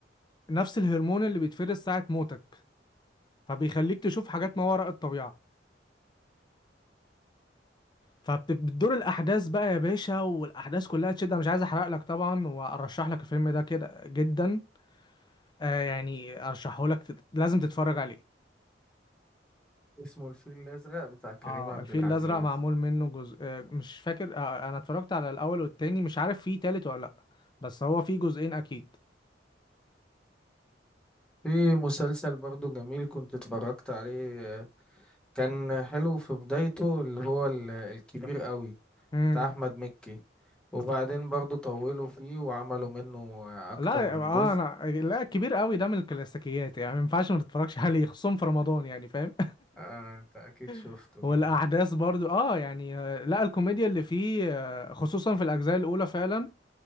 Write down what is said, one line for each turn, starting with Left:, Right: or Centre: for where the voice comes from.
Left: نفس الهرمون اللي بيتفرز ساعة موتك فبيخليك تشوف حاجات ما وراء الطبيعة فبتدور الأحداث بقى يا باشا والأحداث كلها تشد أنا مش عايز أحرق لك طبعا وأرشح لك الفيلم ده كده جدا آه يعني ارشحه لك تت... لازم تتفرج عليه
Centre: اسمه الفيل الازرق بتاع كريم
Left: اه
Centre: عبد
Left: الفيل
Centre: العزيز
Left: الازرق معمول منه جزء آه مش فاكر آه آه، انا اتفرجت على الاول والتاني مش عارف فيه تالت ولا لا بس هو فيه جزئين اكيد
Centre: في مسلسل برضه جميل كنت اتفرجت عليه آه، كان حلو في بدايته اللي هو ال- الكبير قوي
Left: امم
Centre: بتاع احمد مكي وبعدين برضه طولوا فيه وعملوا منه آه، اكتر
Left: لا
Centre: من
Left: اه
Centre: جزء
Left: انا لا كبير قوي ده من الكلاسيكيات يعني ما ينفعش ما تتفرجش عليه خصوصا في رمضان يعني فاهم
Centre: آه انت اكيد شفته
Left: <laughs> والاحداث
Centre: جميل
Left: برضو اه يعني آه، لا الكوميديا اللي فيه آه، خصوصا في الاجزاء الاولى فعلا